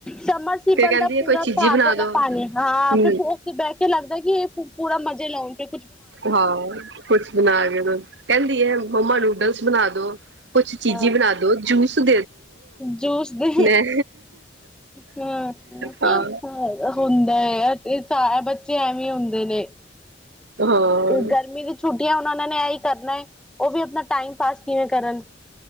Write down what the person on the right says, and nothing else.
ਕਹਿੰਦੀ
ਹੈ ਕੋਈ ਚੀਜ਼ੀ
ਬਣਾ
ਦੋ
ਹਮ
ਹਾਂ, ਕੁਛ ਬਣਾ ਕੇ ਦੋ ਕਹਿੰਦੀ ਹੈ ਮੰਮਾ ਨੂਡਲਸ ਬਣਾ ਦੋ ਕੁਛ ਚੀਜ਼ੀ
ਬਣਾ ਦੋ ਜੂਸ <unintelligible>
ਮੈਂ
ਹਾਂ
ਹਾਂ